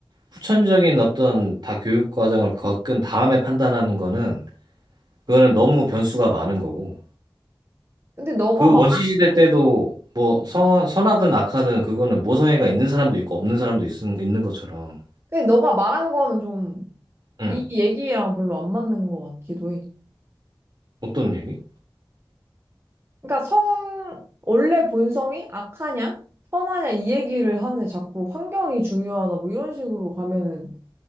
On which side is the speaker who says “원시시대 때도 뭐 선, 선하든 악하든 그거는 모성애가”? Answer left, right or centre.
Right